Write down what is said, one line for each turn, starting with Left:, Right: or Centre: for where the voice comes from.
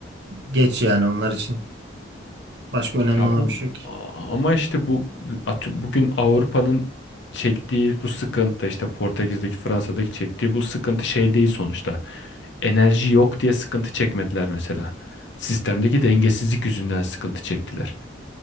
Right: Geç yani onlar için. Başka önemli
Left: Ya
Right: olan
Left: bu
Right: bir şey yok. ki.
Left: a- ama işte bu atı- bugün Avrupa'nın çektiği bu sıkıntı işte Portekiz'deki Fransa'daki çektiği bu sıkıntı şey değil sonuçta. Enerji yok diye sıkıntı çekmediler mesela. Sistemdeki dengesizlik yüzünden sıkıntı çektiler.